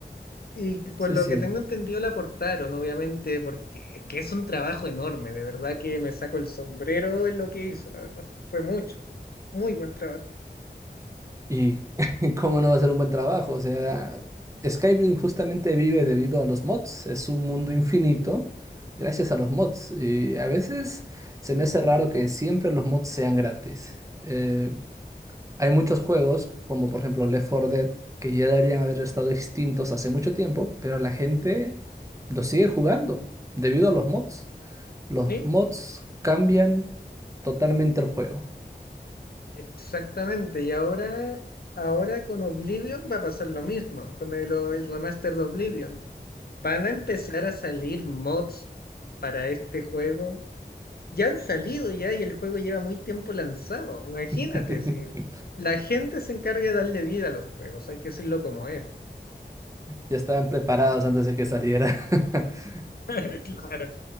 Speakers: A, on the left (about 60°); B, on the right (about 20°).
A: Y que por
B: sí,
A: lo
B: sí.
A: que tengo entendido, la aportaron, obviamente, porque es que es un trabajo enorme. De verdad que me saco el sombrero en lo que hizo, la verdad. Fue mucho, muy buen trabajo.
B: Y <laughs> cómo no va a ser un buen trabajo. O sea, Skyrim justamente vive debido a los mods. Es un mundo infinito gracias a los mods. Y a veces se me hace raro que siempre los mods sean gratis. Eh, hay muchos juegos, como por ejemplo Left 4 Dead, que ya deberían haber estado extintos hace mucho tiempo, pero la gente los sigue jugando debido a los mods. Los
A: Sí,
B: mods cambian totalmente el juego.
A: exactamente. Y ahora, ahora con Oblivion va a pasar lo mismo, con el, o- el remaster de Oblivion. Van a empezar a salir mods para este juego Ya han salido ya y el juego lleva muy tiempo lanzado. Imagínate,
B: <laughs>
A: si la gente se encarga de darle vida a los juegos, hay que decirlo como es.
B: Ya estaban preparados antes de que saliera. <laughs>
A: <laughs> Claro,